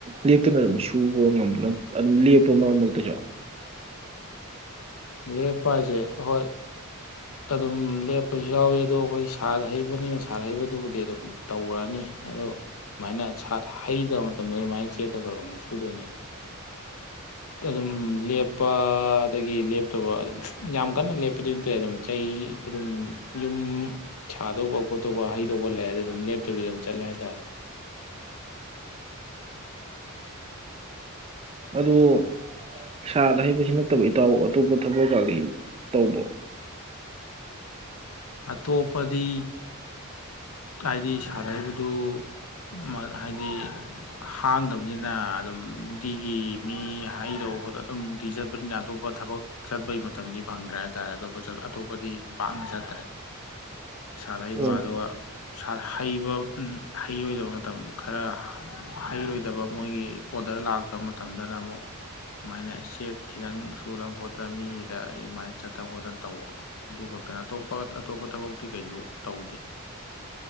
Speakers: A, on the right (about 30°); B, on the left (about 80°).
A: ꯂꯦꯞꯇꯅ ꯑꯗꯨꯝ ꯁꯨꯕ ꯉꯝꯕ꯭ꯔꫭ ꯅꯠ ꯑꯗꯨꯝ ꯂꯦꯄ꯭ꯔ ꯃꯔꯛ-ꯃꯔꯛ ꯇꯁꯨ꯫
B: ꯂꯦꯞꯄ ꯍꯥꯏꯁꯤ ꯍꫭꯏ ꯑꯗꯨꯝ ꯂꯦꯞꯄꯁꯨ ꯌꯥꯎꯏ ꯑꯗꫭ ꯑꯈꫭꯏ ꯁꯥꯠ ꯍꯩꯕꯅꯤꯅ ꯁꯥꯠ ꯍꯩꯕꯗꯨꯕꯨꯗꯤ ꯑꯗꯨꯝ ꯇꯧꯔꯅꯤ ꯑꯗꫭ ꯃꯥꯏꯅꯠ ꯁꯥꯠ ꯍꯩꯗꯕ ꯃꯇꯝꯗ ꯑꯗꯨꯝ ꯆꯦꯛꯀ ꯈꯔ ꯑꯃꯨꯛ ꯁꯨꯗꫭꯏꯅꯦ ꯇꯅꯨꯝ ꯂꯦꯞꯄꯥ ꯑꯗꯒꯤ ꯂꯦꯞꯇꯕ ꯌꯥꯝ ꯀꯟꯅ ꯂꯦꯞꯄꯗꯤ ꯅꯠꯇꯦ ꯗꯨꯝ ꯑꯩ ꯑꯗꯨꯝ ꯌꯨꯝ ꯁꯥꯗꯧꯕ ꯈꫭꯠꯇꯧꯕ ꯍꯩꯗꯧꯕ ꯂꯩꯔꯗꯤ ꯗꯨꯝ ꯂꯦꯞꯇꯕꯤꯗ ꯆꯠꯂꯦ ꯍꯥꯏꯇꯥꯔꯦ꯫
A: ꯑꯗꫭ ꯁꯥꯠ ꯍꯩꯕꯁꯤ ꯅꯠꯇꯕ ꯏꯇꯥꯎ ꯑꯇꫭꯞꯄ ꯊꯕꯛ ꯀꯥꯗꯤ ꯇꯧꯕ꯭ꯔꫭ꯫
B: ꯑꯇꫭꯞꯄꯗꯤ ꯍꯥꯏꯗꯤ ꯁꯥꯠ ꯍꯩꯕꯗꯨ ꯃ ꯍꯥꯏꯗꯤ ꯍꯥꯡꯗꯕꯅꯤꯅꯥ ꯑꯗꯨꯝ ꯅꯨꯡꯇꯤꯒꯤ ꯃꯤ ꯍꯥꯏꯗꯧ ꯍꫭꯠ ꯑꯗꯨꯝ ꯅꯨꯡꯇꯤꯒꯤ ꯆꯠꯄꯅꯤꯅꯥ ꯑꯇꫭꯞꯄ ꯊꯕꯛ ꯆꯠꯄꯩ ꯃꯇꯝꯗꯤ ꯐꯪꯗ꯭ꯔꯦ ꯍꯥꯏꯇꯥꯔꯦ ꯑꯇꫭꯞꯄ ꯆꯇ ꯑꯇꫭꯞꯄꯗꯤ ꯄꯥꯛꯅ ꯆꯠꯇ꯭ꯔ꯫ꯦ ꯁꯥꯠ ꯍꯩꯕ
A: ꯑꯣ
B: ꯑꯗꯨꯒ ꯁꯥꯠ ꯍꯩꯕ ꯝ ꯍꯩꯔꫭꯏꯗꯕ ꯃꯇꯝꯗ ꯈꯔ ꯍꯩꯔꫭꯏꯗꯕ ꯃꫭꯏꯒꯤ ꯑꫭꯗꯔ ꯂꯛꯇ ꯃꯇꯝꯗꯅ ꯑꯃꯨꯛ ꯃꯥꯏꯅ ꯆꯦꯛ ꯈꯤꯇꯪ ꯁꯨꯗꯅꯈꫭꯠꯇꯅ ꯃꯤꯒꯤꯗ ꯗꯨꯃꯥꯏꯅ ꯆꯠꯇꯅ ꯍꫭꯠꯇꯅ ꯇꯧꯕ ꯑꯗꯨꯈꯛꯇꯅ ꯑꯇꫭꯞꯄ ꯑꯇꫭꯞꯄ ꯊꯕꯛꯇꯤ ꯀꯩꯁꯨ ꯇꯧꯗꯦ꯫